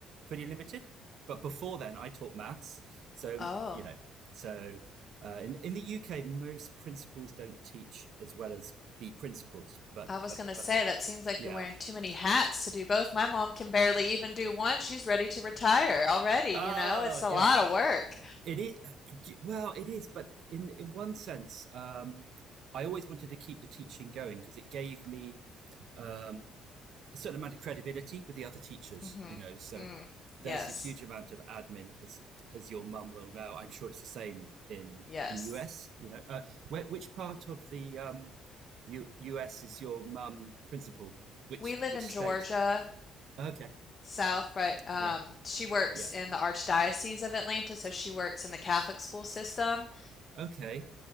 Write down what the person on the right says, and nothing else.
pretty limited. But before then, I taught maths, so
you know, so uh, in in the UK, most principals don't teach as well as be principals, but
but
but
yeah,
ah
yeah.
It is well, it is, but in in one sense, um, I always wanted to keep the teaching going because it gave me um, a certain amount of credibility with the other teachers.
You know, so
there's a huge amount of admin, as as your mum will know. I'm sure it's the same in
in US. You know, uh, where, which part of the um, U, US is your mum principal? Which
which
state?
Okay,
yeah,
yeah,
okay.